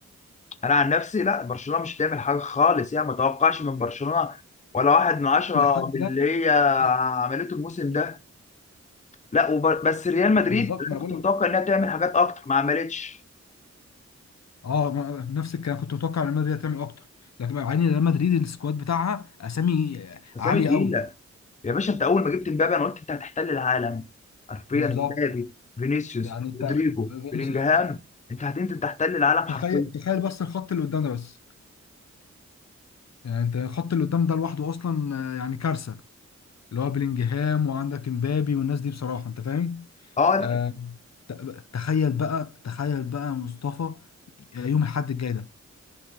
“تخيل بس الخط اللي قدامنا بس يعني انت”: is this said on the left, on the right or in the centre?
Left